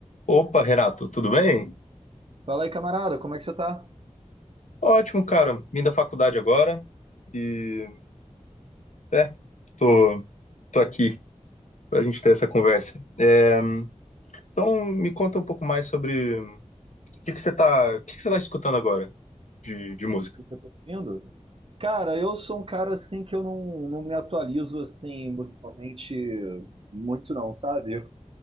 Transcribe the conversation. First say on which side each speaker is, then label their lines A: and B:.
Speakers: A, on the left; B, on the right.
A: Opa, Renato, tudo bem?
B: Fala aí, camarada, como é que você tá?
A: Ótimo, cara. Vim da faculdade agora e é, tô, tô aqui pra gente ter essa conversa. É, então me conta um pouco mais sobre o que que você tá, o que que você tá escutando agora de, de música?
B: O que eu tô ouvindo? Cara, eu sou um cara assim que eu não, não me atualizo assim musicalmente muito não, sabe? Eu,